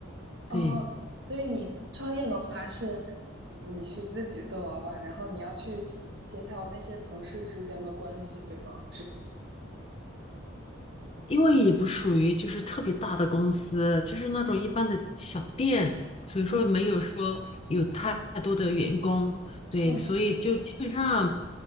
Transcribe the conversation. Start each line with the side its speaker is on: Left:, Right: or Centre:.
Right: 哦，
Left: 对，
Right: 所以你创业的话是，你你是自己做老板，然后你要去协调那些同事之间的关系，对吗？
Left: 因为也不属于就是特别大的公司，就是那种一般的小店，所以说没有说有太多的员工，
Right: 嗯
Left: 对，
Right: 嗯，
Left: 所以就基本上